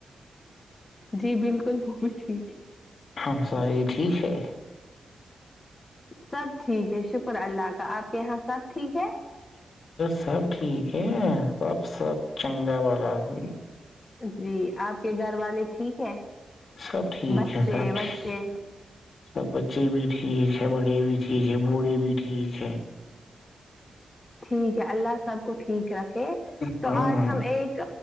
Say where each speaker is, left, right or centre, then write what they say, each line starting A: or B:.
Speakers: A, on the left (about 25°); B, on the left (about 55°).
A: جی بالکل وہ ٹھیک ہے
B: ہاں ساری ٹھیک ہے
A: سب ٹھیک ہے شکر اللہ کا آپ کے یہاں سب ٹھیک ہے
B: سب ٹھیک ہے سب سب چنگا والا س
A: جی آپ کے گھر والے ٹھیک ہے
B: سب ٹھیک
A: بچے
B: ہے سب ٹھیک
A: بچے
B: سب بچے بھی ٹھیک ہے بڑے بھی ٹھیک ہے بوڑھے بھی ٹھیک ہے
A: ٹھیک ہے اللہ سب کو ٹھیک رکھ
B: ہاں
A: تو آج
B: ہاں
A: ہم ایک